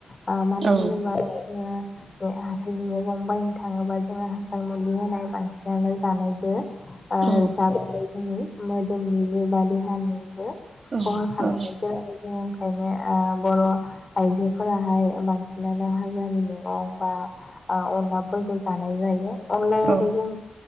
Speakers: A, on the left; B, on the right.
A: आ मानो
B: औ
A: होन <unintelligible> हाथाइनि मैगं बायनो थांङोबा जोंङो हासार मुलि होनाय बांसिनानो जानायबो
B: औ
A: जाबाथाय जोंनि मोदोमनिबो बा देहानिबो
B: औ
A: खहा खालामो
B: औ
A: ओंखायनो बर' आइजोफोराहाय बांसिनानो हाग्रानि मैगं बा ओ अनलाफोरखौ जानाय जायो अनलायाबो
B: ओं
A: जों